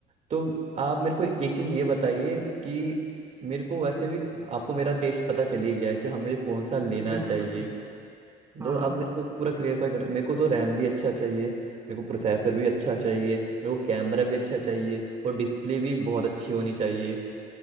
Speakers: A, on the right; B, on the right.
A: तो आप मेरे को एक चीज ये बताइए कि मेरे को वैसे भी आपको मेरा टेस्ट पता चल ही गया है कि हमें कौन सा लेना
B: बिल्कुल
A: चाहिए
B: बिल्कुल हाँ
A: तो
B: हाँ
A: अब मेरे को पूरा क्लियरफाई कर मेरे को तो रैम भी अच्छा चाहिए मेरे को प्रोसेसर भी अच्छा चाहिए मेरे को कैमरा भी अच्छा चाहिए और डिस्प्ले भी बहुत अच्छी होनी चाहिए